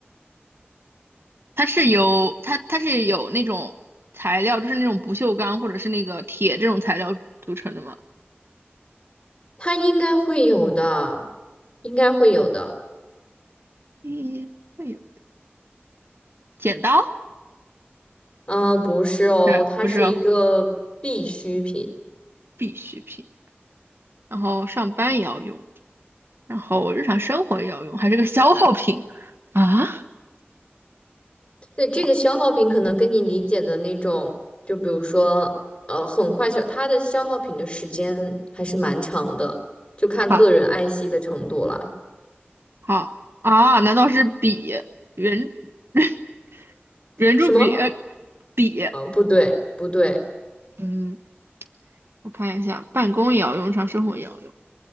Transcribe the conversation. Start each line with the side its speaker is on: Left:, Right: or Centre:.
Right: 它是有它它是有那种材料，就是那种不锈钢或者是那个铁这种材料组成的吗？
Left: 它应该会有的，应该会有的。
Right: 咦，会有剪刀？
Left: 嗯，不是哦，
Right: 不是不是哦
Left: 它是一个必需品。
Right: 必需品，然后上班也要用。然后日常生活也要用，还是个消耗品啊？
Left: 对，这个消耗品可能跟你理解的那种，
Right: 好，
Left: 就比如说，呃，很快消，它的消耗品的时间还是蛮长的，就看个人爱惜的程度啦。
Right: 好，好啊？难道是笔、圆 <laughs> 圆珠笔、
Left: 什么？
Right: 呃笔？
Left: 嗯，不对，不对。
Right: 嗯，我看一下，办公也要用上，日常生活也要用。